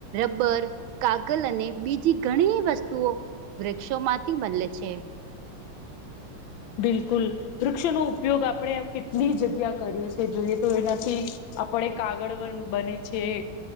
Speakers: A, on the right; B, on the left.
A: રબર, કાગલ અને બીજી ઘણી વસ્તુઓ વૃક્ષો માંથી બનલે છે.
B: બિલકુલ, વૃક્ષનો ઉપયોગ આપણે કેટલી જગ્યા કરીએીએ જોઈએ તો એનાથી આપણે કાગળ વન બને છે.